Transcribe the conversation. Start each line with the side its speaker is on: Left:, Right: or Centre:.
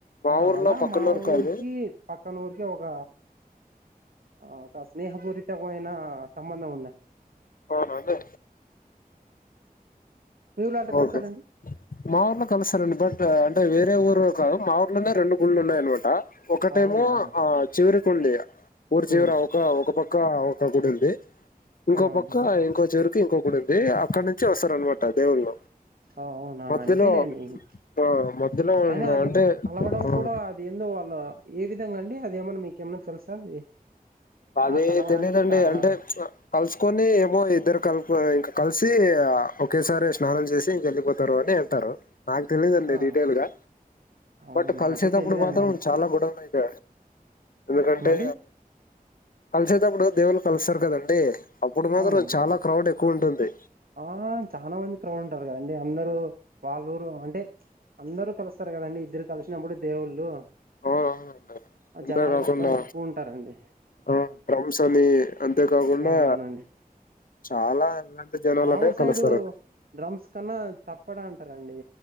Left: మా
Right: ఆ
Left: ఊర్లో
Right: అలా
Left: పక్కనూరు
Right: మా
Left: కాదు.
Right: ఊరికి పక్కన ఊరికి ఒక ఆ ఒక స్నేహపూరితమైన సంబంధం ఉందండి
Left: అహా అంటే
Right: మీ ఊర్లో అట్ట
Left: ఓకే
Right: కలిసారండి
Left: మా ఊర్లో కలుస్తరండి బట్ అంటే వేరే ఊరు కద్ మా ఊర్లోనే రెండు గుళ్లు ఉన్నాయ్ అన్నమాట ఒకటేమో
Right: అవునా
Left: ఆ చివరికుంది ఊరు చివర
Right: హ్మ్.
Left: ఒక ఒక పక్క ఒక గుడి ఉంది ఇంకో
Right: అవునవునండి
Left: పక్క ఇంకో చేర్ కి ఇంకొ గుడి ఉంది అక్కనుంచి వస్తారన్నమాట దేవుళ్ళు
Right: అవునా
Left: మధ్యలో
Right: అంతేలేండి ఇం
Left: ఆ! మధ్యలో
Right: అయినా
Left: ఉన్న
Right: అది
Left: అంటే
Right: కలవడం
Left: ఆ!
Right: కూడా అది ఎందో వాళ్ళ ఏ విధంగా అండి అదేమన్నా మీక్ కేమన్న తెల్సా అది
Left: అదే
Right: ఆ కలవడానికి
Left: తెలిదండి
Right: కారణాలు
Left: అంటే కలుసుకొని ఏమో ఇద్దరు కలుప్ ఇంకా కలిసి ఒకేసారి స్నానం చేసి ఇంక వెళ్ళిపోతారు అని అంటారు నాకు తెలీదండి
Right: ఆ
Left: డీటెయిల్ గా
Right: అవును
Left: బట్ కలిసేటప్పుడు
Right: నాకే తెలియదండి
Left: మాత్రం
Right: అంత
Left: చాలా గొడవలు అయి గ ఎందుకంటే
Right: ఏమండి
Left: కలిసేటప్పుడు దేవున్నీ కలిస్తారు కదండి అప్పుడు మాత్రం
Right: అవునండి
Left: చాలా క్రౌడ్ ఎక్కువ ఉంటుంది
Right: ఆ ఆ చాలా మంది క్రౌడ్ ఉంటరు కదండి అందరు వాళ్ళు ఊరు అంటే చుప్ అందరు కలుస్తరు కదండి ఇద్దరు కలిషినప్పుడు దేవుళ్ళు
Left: ఆ అ అంటె
Right: ఆ జనాలు
Left: అంతె కాకుండా
Right: మొత్తం ఎక్కువ ఉంటారండి
Left: ఆ డ్రమ్స్ అని అంతే కాకుండా
Right: అవునవునండి
Left: చాలా <inaudible>
Right: మా ఊరు సైడు
Left: కలుస్తారండి.
Right: డ్రమ్స్ కన్నా తప్పడా అంటరండి.